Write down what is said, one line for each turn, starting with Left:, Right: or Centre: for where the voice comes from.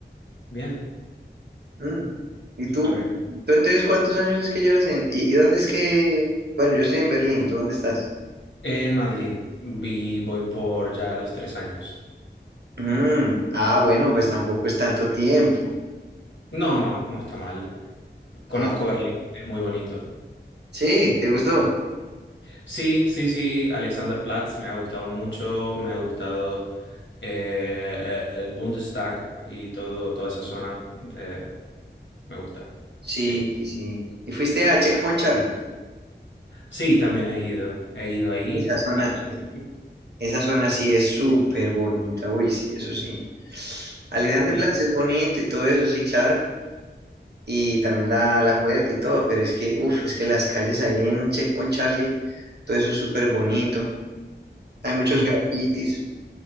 Left: bien,
Right: Mm. ¿Y
Left: súper
Right: tú?
Left: bien.
Right: ¿Tú entonces cuántos años es que llevas en... ¿Y, y dónde es que... Bueno, yo estoy en Berlín, ¿tú dónde estás?
Left: En Madrid vi, voy por ya los tres años.
Right: Mm. Ah, bueno, pues tampoco es tanto tiempo.
Left: No, no, no está mal. Conozco
Right: Ah,
Left: Berlín, es muy bonito.
Right: sí, ¿te gustó?
Left: Sí, sí, sí, Alexanderplatz me ha gustado mucho, me ha gustado eh, el Bundestag y todo, toda esa zona. eh, me gusta,
Right: Sí,
Left: sí.
Right: sí, sí. ¿Y fuiste a Checkpoint Charlie?
Left: Sí, también he ido. He ido ahí.
Right: Esa zona,
Left: a Chile.
Right: esa zona sí es súper bonita, uy, sí, eso sí. Alexander
Left: Sí.
Right: Plaza es bonito y todo eso, sí, claro. Y también la, la puerta y todo, pero es que, uff, es que las calles ahí en Checkpoint Charlie, todo eso es súper bonito. Hay muchos
Left: Mm.
Right: grafitis.